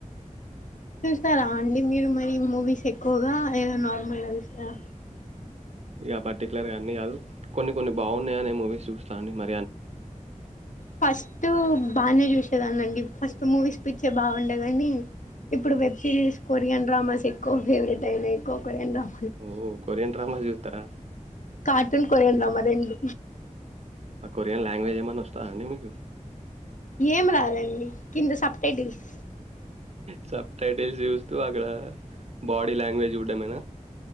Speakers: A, on the left; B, on the right.
A: స్తారా అండి మీరు మరి మూవీస్ ఎక్కువగా లేదా నార్మల్గా చూస్తారా
B: ఇగ పర్టిక్యులర్గా అన్ని కాదు కొన్ని కొన్ని బాగున్నాయి అనే మూవీస్ చూస్తా అండి మ
A: ఫస్ట్ బానే చూసే చదానండి ఫస్ట్ మూవీస్ పిచ్చే బాగుండేగనీ ఇప్పుడు వెబ్ సిరీస్ కొరియన్ డ్రామాస్ ఎక్కువ ఫేవరెట్ అయినాయి ఎక్కువ కొరియన్ డ్రామా
B: ఓ కొరియన్ డ్రామా చూస్తారా
A: కార్టూన్ కొరియన్ డ్రామా రెండు
B: ఆ కొరియన్ లాంగ్వేజ్ ఏమన్నా వస్తాదా అండి మీకు
A: ఏం రాదండి కింద సబ్ టైటిల్స్
B: సప్ టైటిల్ జూస్ తూ అగడ బాడీ లాంగ్వేజ్ చూడ్డమేనా?